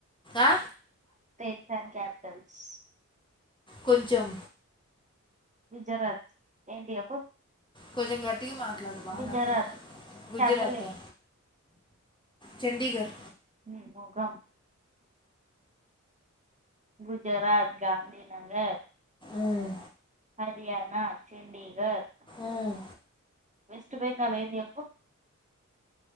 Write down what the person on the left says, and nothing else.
ఆ?
కొంచెం
కొంచెం గట్టిగా మాట్లాడు బా
నాకు గుజరాత్
అ చండిగర్
ఉమ్,
ఉం